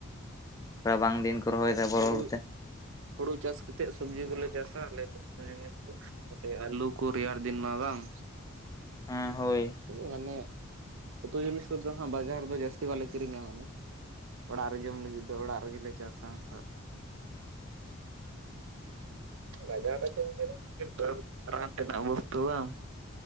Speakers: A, on the left; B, on the right.
A: ᱨᱟᱵᱟᱝ ᱫᱤᱱ ᱠᱚ ᱨᱚᱦᱚᱭᱮᱫᱟ ᱵᱚᱨᱚ
B: ᱦᱩᱲᱩ,
A: ᱛᱮ
B: ᱦᱩᱲᱩ ᱪᱟᱥ ᱠᱟᱛᱮᱫ ᱥᱚᱵᱽᱡᱤ ᱠᱚᱞᱮ ᱪᱟᱥᱟ ᱟᱞᱮ ᱫᱚ ᱡᱤᱱᱤᱥ ᱨᱮᱫᱚ᱾ ᱟᱞᱩ ᱠᱚ ᱨᱮᱭᱟᱲ ᱫᱤᱱ ᱢᱟ ᱵᱟᱝ?
A: ᱦᱮᱸ ᱦᱳᱭ ᱾
B: ᱢᱟᱱᱮ ᱩᱛᱩ ᱡᱤᱱᱤᱥ ᱠᱚᱫᱚ ᱦᱟᱸᱜ ᱵᱟᱡᱟᱨ ᱨᱮᱫᱚ ᱡᱟᱹᱥᱛᱤ ᱵᱟᱞᱮ ᱠᱤᱨᱤᱧᱟ ᱢᱟᱱᱮ ᱾ ᱚᱲᱟᱜ ᱨᱮ ᱡᱚᱢ ᱞᱟᱜᱤᱫ ᱫᱚ ᱚᱲᱟᱜ ᱨᱮᱜᱮᱞᱮ ᱪᱟᱥᱟ ᱚᱝᱠᱟ᱾ ᱵᱟᱡᱟᱨ ᱨᱮ ᱪᱮᱫ ᱮᱢ ᱠᱤᱨᱤᱧᱟ, ᱮᱠᱷᱮᱱ ᱫᱟᱹᱞ ᱨᱟᱱ ᱛᱮ ᱨᱮᱱᱟᱜ ᱵᱚᱥᱛᱩ ᱵᱟᱝ?